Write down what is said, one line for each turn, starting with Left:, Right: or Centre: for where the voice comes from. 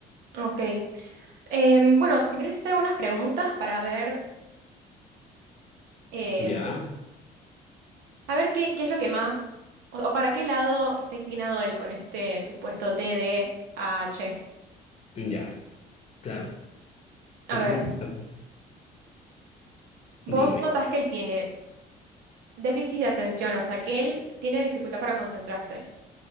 Right: ok. Em, bueno, si querés hacer algunas preguntas para ver... em,
Left: Ya,
Right: A ver qué, qué es lo que más, o, o para qué lado está inclinado él con este supuesto T D A H.
Left: ya, claro.
Right: A
Left: Sí,
Right: ver,
Left: sí, a ver,
Right: vos
Left: dime.
Right: notás que él tiene déficit de atención, o sea, que él tiene dificultad para concentrarse.